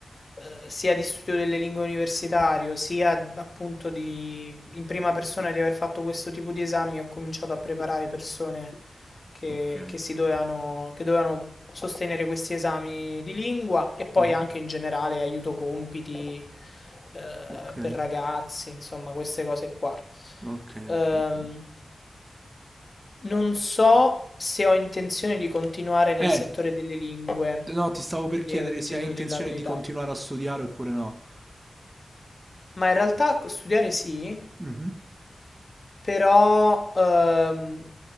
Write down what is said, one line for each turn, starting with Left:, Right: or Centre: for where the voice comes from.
Left: eh, sia di studio delle lingue universitario, sia appunto di, in prima persona di aver fatto questo tipo di esami, ho cominciato a preparare persone che,
Right: ok.
Left: che si dovevano, che dovevano sostenere questi esami di lingua e poi
Right: Mhm.
Left: anche in generale aiuto compiti eh,
Right: Ok,
Left: per ragazzi, insomma, queste cose qua.
Right: ok,
Left: Ehm,
Right: ok. ok.
Left: non so se ho intenzione di continuare nel
Right: Eh,
Left: settore delle lingue,
Right: no, ti stavo per
Left: ti devo,
Right: chiedere se
Left: ti
Right: hai
Left: devo
Right: intenzione
Left: dire la verità,
Right: di continuare a studiare oppure no.
Left: ma in realtà studiare sì,
Right: Mhm.
Left: Però ehm,